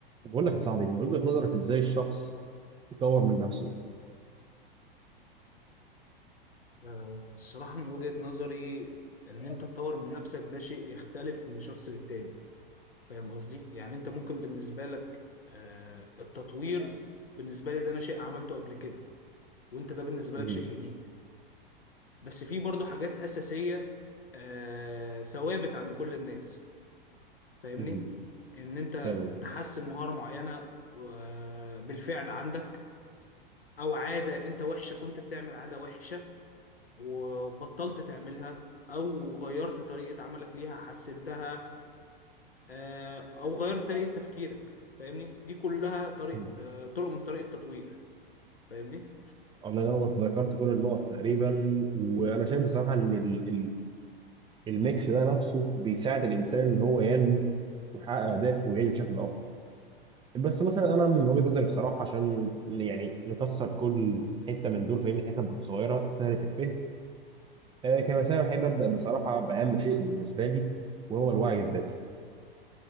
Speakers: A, on the right; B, on the left.
A: بقول لك يا صاحبي من وجهة نظرك ازاي الشخص يطور من نفسه
B: آه، الصراحة من وجهة نظري إن أنت تطور من نفسك ده شيء يختلف من شخص للتاني فاهم قصدي؟ يعني أنت ممكن بالنسبة لك آه، التطوير بالنسبة لي ده أنا شيء عملته قبل كده وأنت ده بالنسبة
A: مهم.
B: لك شيء جديد بس في برضه حاجات أساسية آه، ثوابت عند كل الناس فاهمني؟
A: مهم.
B: إن أنت
A: فاهم قصدي
B: تحسن مهارة معينة آه، بالفعل عندك أو عادة أنت وحشة كنت بتعمل عادة وحشة وبطلت تعملها او غيرت طريقة عملك ليها حسنتها آه، او غيرت طريقة تفكيرك فاهمني دي كلها طريق
A: مهم.
B: آه، طرق من طريق التطوير فاهمني
A: الله ينور ذكرت كل النقط تقريبا وانا شايف بصراحة ان ال ال الميكس ده نفسه بيساعد الانسان ان هو ينمو ويحقق اهدافه ويعيش بشكل افضل بس مثلا انا من وجهة نظري بصراحة عشان ن- يعني نكسر كل حتة من دول فاهمني حتة بتبقى صغيرة سهلة الفهم آه كمثلا احب ابدا بصراحة باهم شيء بالنسبة لي وهو الوعي الذاتي